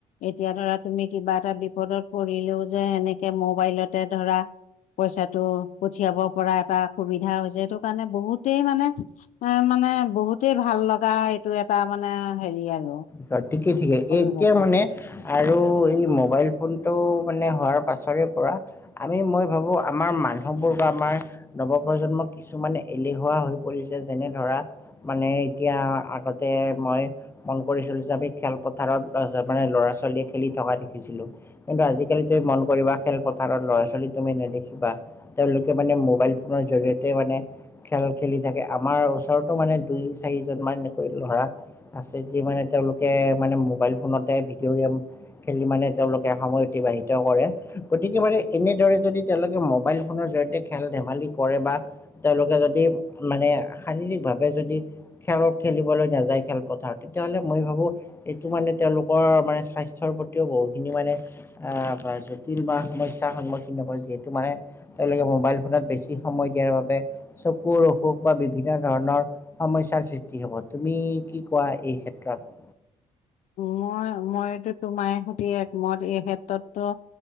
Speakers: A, on the left; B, on the left.
A: এতিয়া ধৰা তুমি কিবা এটা বিপদত পৰিলেও যে সেনেকে মোবাইলতে ধৰা পইচাটো পঠিয়াব পৰা এটা সুবিধা হৈছে সেইটো কাৰণে বহুতেই মানে এ মানে বহুতেই ভাল লগা এইটো এটা মানে হেৰি আৰু
B: হয় ঠিকেই ঠিকে
A: অভিজ্ঞতা
B: এই এতিয়া মানে আৰু এই মোবাইল ফোনটো মানে হোৱাৰ পাছৰে পৰা আমি মই ভাবো আমাৰ মানুহবোৰ বা আমাৰ নৱপ্ৰজন্ম কিছুমান এলেহুৱা হৈ পৰিছে যেনে ধৰা মানে এতিয়া আগতে মই পৰিচালিত আমি খেলপথাৰত তচে মানে ল'ৰা- ছোৱালীয়ে খেলি থকা দেখিছিলো। কিন্তু আজিকালি তুমি মন কৰিবা খেলপথাৰত ল'ৰা - ছোৱালী তুমি নেদেখিবা। তেওঁলোকে মানে মোবাইল ফোনৰ জৰিয়তে মানে খেল খেলি থাকে, আমাৰ ওচৰতো মানে দুই- চাৰিজন মান এনেকৈ লৰা আছে যি মানে তেওঁলোকে মানে মোবাইল ফোনতে ভিডিঅ' গেম খেলি মানে তেওঁলোকে সময় অতিবাহিত কৰে গতিকে মানে এনেদৰে যদি তেওঁলোকে মোবাইল ফোনৰ জৰিয়তে খেল ধেমালি কৰে বা তেওঁলোকে যদি মানে শাৰীৰিক ভাৱে যদি খেলত খেলিবলৈ নাযায় খেলপথাৰত তেতিয়াহলে মই ভাবো এইটো মানে তেওঁলোকৰ মানে স্বাস্থ্যৰ প্ৰতিও বহুখিনি মানে আহ বা জটিল বা সমস্যাৰ সন্মুখীন হব যিহেতু মানে তেওঁলোকে মোবাইল ফোনত বেছি সময় দিয়াৰ বাবে চকুৰ অসুখ বা বিভিন্ন ধৰণৰ সমস্যাৰ সৃষ্টি হব তুমি কি কোৱা এই ক্ষেত্ৰত?
A: মই মইতো তোমাৰ সৈতে একমত এই ক্ষেত্ৰততো